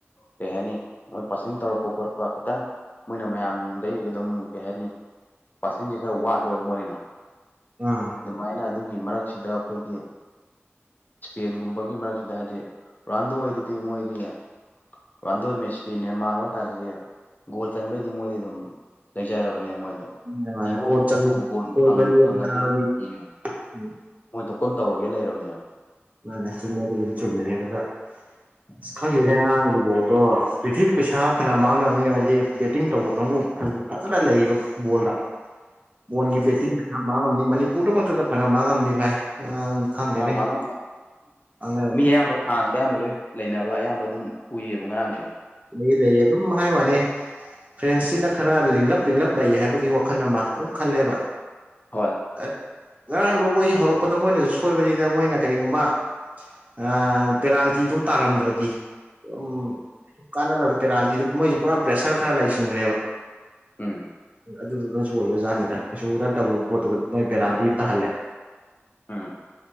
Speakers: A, on the left (about 40°); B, on the right (about 35°).
A: ꯀꯩ ꯍꯥꯏꯅꯤ ꯃꯣꯏ ꯐꯥꯁꯤꯡ ꯇꯧꯔꯛꯄ ꯈꯣꯠꯛꯄ ꯈꯤꯇꯪ ꯃꯣꯏꯅ ꯃꯌꯥꯝ ꯆꯩ ꯑꯗꯨꯝ ꯀꯩ ꯍꯥꯏꯅꯤ ꯄꯥꯔꯁꯁꯦ ꯈꯔ ꯋꯥꯠꯂꯦꯕ ꯃꯣꯏꯅ
B: ꯑꯥ
A: ꯑꯗꯨꯃꯥꯏꯅ ꯑꯗꯨꯒꯤ ꯃꯔꯛꯁꯤꯗ ꯑꯩꯈꯣꯏꯒꯤ ꯏꯁꯄꯦꯟꯒꯨꯝꯕꯒꯤ ꯃꯔꯛꯁꯤꯗ ꯍꯥꯏꯗꯤ ꯔꯔꯥꯟꯗꯣꯏꯗꯨꯗꯤ ꯃꯣꯏꯒꯤ ꯔꯟꯗꯣ ꯃꯦꯁꯤ ꯅꯦꯟꯃꯥꯔ ꯑꯣꯏ ꯀꯥꯟꯁꯤꯗꯤ ꯒꯣꯜ ꯆꯟꯕꯩꯗꯤ ꯃꯣꯏꯗꯤ ꯑꯗꯨꯝ ꯂꯩꯖꯑꯔꯕꯅꯦ ꯃꯣꯏꯗ
B: ꯃꯥꯅꯦ ꯃꯥꯅꯦ
A: ꯗꯤꯕꯣꯛꯁꯇꯕꯨ
B: ꯒꯣꯜ ꯆꯜꯂꯨ
A: ꯕꯣꯟ
B: ꯒꯣꯜ ꯆꯜꯂꯨꯕ
A: ꯐꯪꯉꯗꯦ
B: ꯊꯥꯅꯕꯒꯤ
A: ꯌꯦ
B: ꯎꯝ
A: ꯃꯣꯏꯊꯣꯛꯀꯟ ꯇꯧꯔꯒꯦ ꯂꯩꯔꯕꯅꯦꯕ
B: ꯃꯥꯅꯦ ꯆꯨꯝꯃꯗꯕꯨ ꯆꯨꯝꯃꯤꯅꯤ ꯀ
A: ꯎꯝ
B: ꯑꯁ ꯈꯪꯗꯔꯦ ꯉꯔꯥꯡꯒꯤ ꯕꯣꯜꯗꯣ ꯄ꯭ꯔꯤꯊꯤꯕꯤ ꯄꯩꯁꯥ ꯐꯅ ꯃꯥꯡꯅꯕꯅꯤ ꯍꯥꯏꯗꯤ ꯕꯦꯇꯤꯡ ꯇꯧꯕ ꯀꯥꯡꯕꯨ ꯐꯖ ꯐꯖꯅ ꯂꯩꯌꯦꯕ ꯕꯣꯜꯗ
A: <inaudible>
B: ꯕꯣꯜꯒꯤ ꯕꯦꯇꯤꯡ ꯄꯩꯁꯥ ꯃꯥꯡꯉꯝꯅꯤ ꯃꯅꯤꯄꯨꯔꯗꯃꯛꯇꯗ ꯐꯅ ꯃꯥꯡꯉꯝꯅꯤ ꯚꯥꯏ ꯈꯪꯗꯦꯅꯦ
A: ꯉꯔꯥꯡ ꯃꯥꯡꯉꯝꯅꯤ
B: ꯉꯥꯡꯅꯔꯝꯅꯤ
A: ꯑꯌꯥꯝꯕ ꯐ꯭ꯔꯥꯟꯁꯇ ꯑꯌꯥꯝꯕ ꯂꯣꯏ ꯂꯩꯅꯕ ꯑꯌꯥꯝꯕ ꯑꯗꯨꯝ ꯎꯏꯌꯦꯕ ꯉꯔꯥꯡꯁꯦ
B: ꯂꯩ ꯂꯩꯌꯦ ꯑꯗꯨꯝ ꯍꯥꯏ ꯋꯥꯅꯦ ꯐ꯭ꯔꯦꯟꯁꯁꯤꯅ ꯈꯔ ꯂꯤꯡꯂꯞ ꯂꯤꯡꯂꯞ ꯂꯩ ꯍꯥꯏꯕꯒꯤ ꯋꯥꯈꯜ ꯑꯃ ꯑꯗꯨꯝ ꯈꯜꯂꯦꯕ
A: ꯍꯣꯏ
B: ꯑ ꯉꯔꯥꯡꯗꯨ ꯃꯣꯏ ꯍꯧꯔꯛꯄꯗ ꯃꯣꯏꯅꯁꯨ ꯁꯣꯏꯕꯅꯤꯗ ꯃꯣꯏꯅ ꯀꯔꯤꯒꯨꯝꯕ ꯑ ꯄꯦꯅꯥꯜꯇꯤ ꯑꯗꯨꯝ ꯇꯥꯔꯝꯗ꯭ꯔꯗꯤ ꯎꯝ ꯁ ꯀꯥꯟꯅꯗꯕꯗ ꯄꯦꯅꯥꯜꯇꯤꯗꯨ ꯃꯣꯏꯁꯦ ꯄꯨꯔꯥ ꯄ꯭ꯔꯦꯁꯔ ꯈꯔ ꯂꯩꯁꯤꯟꯈ꯭ꯔꯦꯕ
A: ꯎꯝ
B: ꯑꯗꯨꯗꯨꯅꯁꯨ ꯑꯣꯏꯕꯖꯠꯅꯤꯗ ꯀꯩꯁꯨ ꯅꯠꯇꯕ ꯄꯣꯠꯇꯨꯗ ꯃꯣꯏ ꯄꯦꯅꯥꯜꯇꯤ ꯑꯃꯝ ꯇꯥꯍꯜꯂꯦ
A: ꯎꯝ